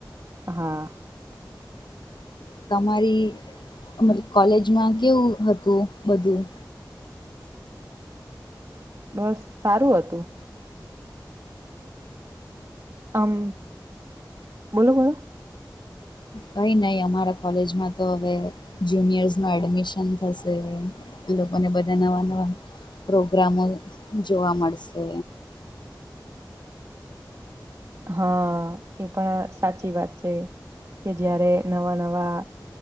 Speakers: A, on the right (about 45°); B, on the left (about 80°).
A: હા
B: તમારી મત કોલેજમાં કેવું હતું બધું
A: બસ સારું હતું આમ બોલો બોલો
B: કઈ નહીં અમારા કોલેજમાં તો હવે જુનિયર્સનું એડમિશન થશે લોકોને બધા નવા નવા પ્રોગ્રામો જોવા મળશે
A: હા એ પણ સાચી વાત છે કે જયારે નવા નવા